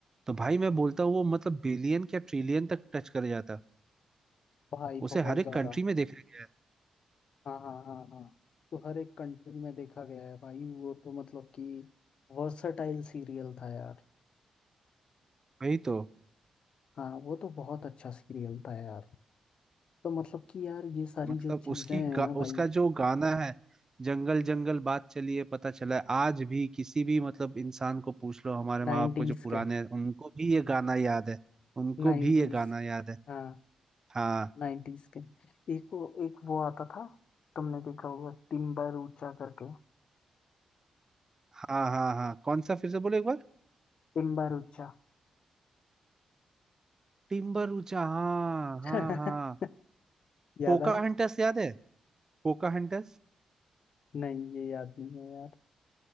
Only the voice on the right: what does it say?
तो भाई मैं बोलता हूँ वो मतलब बिलियन क्या ट्रिलियन तक टच कर जाता
उसे
हर एक
कंट्री में देखा गया है
वही तो
मतलब
उसकी
गा,
उसका
जो गाना है जंगल जंगल बात चली है पता चला है आज भी किसी भी मतलब इंसान को पूछ लो हमारे माँ
बाप को जो पुराने
हैं उनको भी ये गाना याद है उनको
भी ये गाना याद है
हाँ
हाँ हाँ हाँ कौन सा फिर से बोलो एक बार
टिम्बर ऊंचा हाँ
हाँ हाँ
पोका
हंटर्स याद है पोका हंटर्स